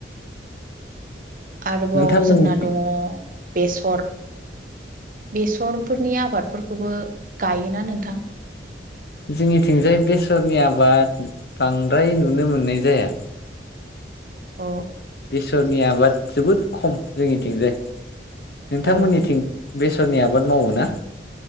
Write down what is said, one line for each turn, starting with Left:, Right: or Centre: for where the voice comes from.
Right: आरोबाव
Left: नोंथांमोननिथिं
Right: जोंना दङ बेसर बेसरफोरनि आबादफोरखौबो गायोना नोंथां?
Left: जोंनिथिंजाय बेसरनि आबाद बांद्राय नुनो मोननाय जाया।
Right: अ
Left: बेसरनि आबाद जोबोद खम जोंनिथिंजाय नोंथांमोननिथिं
Right: औ
Left: बेसरनि आबाद मावो ना?